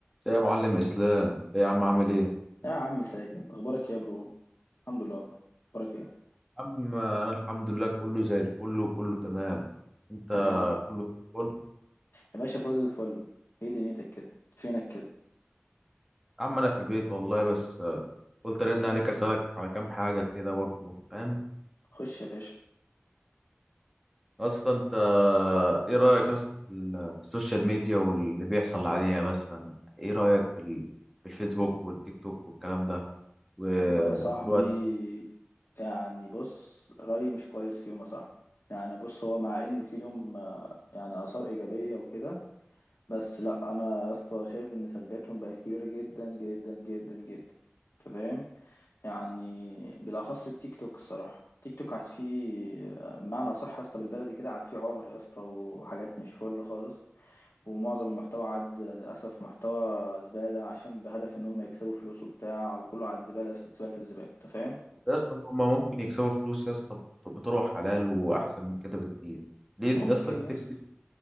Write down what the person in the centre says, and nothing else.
ايه يا معلم اسلام ايه يا عم عامل ايه يا
عم انا الحمد لله كله زي الفل وكله تمام انت
كله قول
يا عم انا في البيت والله بس آه، قلت ارن عليك اسالك على كام حاجه كده برضو فاهم
اصلا انت ايه رايك اصلا في ال- في السوشيال ميديا واللي بيحصل عليها مثلا ايه رايك في ال- في الفيسبوك والتيك توك والكلام ده والوقت
يا اسطى هما ممكن يكسبوا فلوس يا اسطى بطرق حلال واحسن من كده بكتير ليه
يا اسطى تفتكر